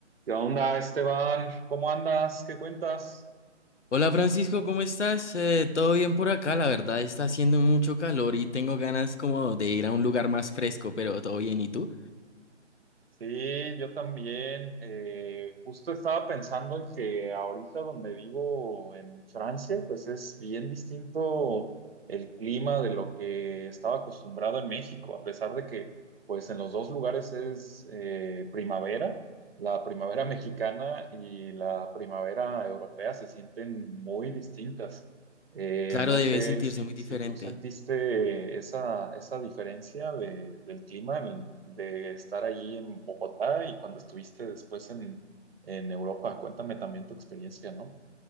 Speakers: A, on the right; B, on the left.
A: ¿Qué onda, Esteban? ¿Cómo andas? ¿Qué cuentas?
B: Hola Francisco, ¿cómo estás? Eh, todo bien por acá, la verdad está haciendo mucho calor y tengo ganas como de ir a un lugar más fresco, pero todo bien, ¿y tú?
A: Sí, yo también. eh, justo estaba pensando en que ahorita donde vivo en Francia, pues es bien distinto el clima de lo que estaba acostumbrado en México, a pesar de que pues en los dos lugares es eh, primavera. La primavera mexicana y la primavera europea se sienten muy distintas. Eh,
B: Claro,
A: no
B: debe
A: sé
B: sentirse
A: si,
B: muy
A: si
B: diferente.
A: tú sentiste esa, esa diferencia de, del clima en- de estar allí en Bogotá y cuando estuviste después en, en Europa. Cuéntame también tu experiencia, ¿no?